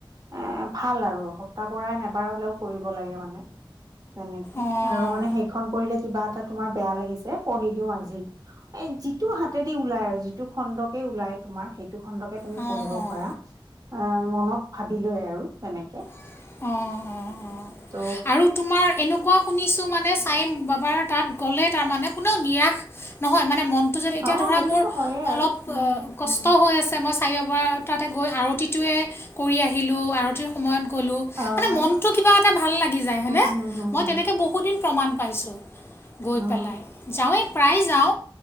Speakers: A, on the right (about 45°); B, on the left (about 25°).
A: এ ভাল আৰু, সপ্তাহ পৰায়ণ এবাৰ হ'লেও কৰিব লাগে মানে। তেনেকে,
B: অঁ
A: আৰু মানে সেইখন পঢ়িলে কিবা এটা তোমাৰ বেয়া লাগিছে, পঢ়ি দিওঁ আজি। এ যিটো হাতেদি ওলাই, আৰু যিটো খণ্ডকে ওলাই। তোমাৰ সেইটো খণ্ডকে তুমি
B: অঁ
A: পঢ়িব
B: অঁ
A: পাৰা, অ, মনত ভাবি লৈ আৰু তেনেকে।
B: অ অ অ।
A: ত'
B: আৰু তোমাৰ এনেকুৱা শুনিছোঁ মানে চাইম বাবাৰ তাত গলে তাৰমানে কোনেও নিৰাস নহয় মানে মন টো যদি এতিয়া
A: অ
B: ধৰা
A: সেইটোতো
B: মোৰ
A: হয়ে
B: অলপ
A: আৰু উম হম
B: কষ্ট
A: হম
B: হৈ আছে মই চাৰে বাবাৰ তাতে গৈ আৰতিত টোৱে কৰি আহিলো আৰতিৰ সময়ত গলো
A: অ
B: মানে মনটো
A: এনেকুৱা
B: কিবা এটা ভাল লাগি যায়। হয়নে
A: উম হম হম
B: মই
A: হম
B: তেনেকৈ বহুত দিন প্ৰমাণ পাইছোঁ গৈ
A: অ
B: পেলাই যাৱেই প্ৰায় যাও,